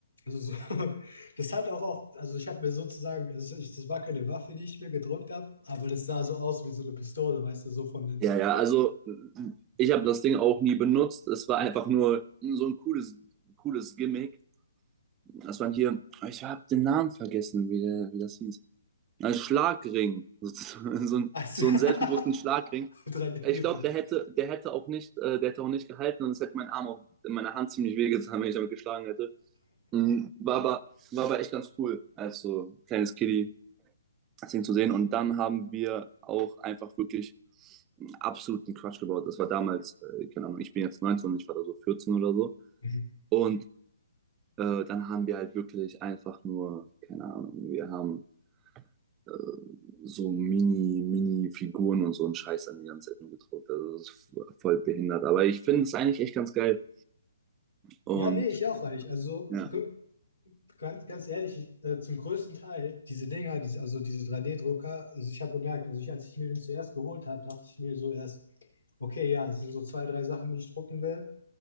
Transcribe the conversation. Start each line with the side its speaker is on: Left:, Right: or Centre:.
Left: Also so, <laughs> das hat auch oft, also ich habe mir sozusagen, also ich, das war keine Waffe, die ich mir gedruckt habe, aber das sah so aus wie so eine Pistole, weißt du, so von den,
Right: Ja, ja. Also m- ich habe das Ding auch nie benutzt. Es war einfach nur so ein cooles, cooles Gimmick. Das waren hier, ich habe den Namen vergessen, wie, der, wie das hieß. Ein Schlagring, <laughs> so
Left: <laughs>
Right: ein,
Left: also,
Right: so
Left: <laughs>
Right: einen selbstgedruckten Schlagring.
Left: 3D
Right: Ich
Left: gedrückt.
Right: glaube, der hätte, der hätte auch nicht, äh, der hätte auch nicht gehalten und es hätte mein Arm auch in meiner Hand ziemlich wehgetan, wenn ich damit geschlagen hätte. Mhm, War aber, war aber echt ganz cool, als so kleines Kiddie das Ding zu sehen. Und dann haben wir auch einfach wirklich einen absoluten Quatsch gebaut. Das war damals, äh, keine Ahnung, ich bin jetzt 19, und ich war da so 14 oder so.
Left: Mhm.
Right: Und äh, dann haben wir halt wirklich einfach nur, keine Ahnung, wir haben äh, so Mini, Mini-Figuren und so einen Scheiß an die ganze Zeit nur gedruckt. Also das ist voll behindert. Aber ich finde es eigentlich echt ganz geil. Und
Left: Ja, nee, ich auch eigentlich. Also
Right: ja,
Left: gu- ganz, ganz ehrlich, ich, äh, zum größten Teil, diese Dinger, diese, also diese drei d drucker also ich habe gemerkt, also ich, als ich mir den zuerst geholt habe, dachte ich mir so erst, okay, ja, es sind so zwei, drei Sachen, die ich drucken will.